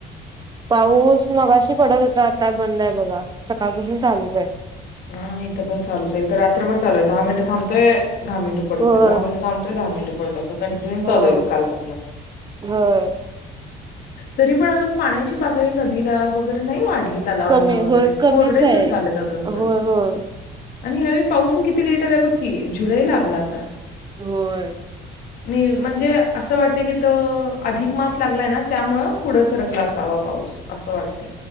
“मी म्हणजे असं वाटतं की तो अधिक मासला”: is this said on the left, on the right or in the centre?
Left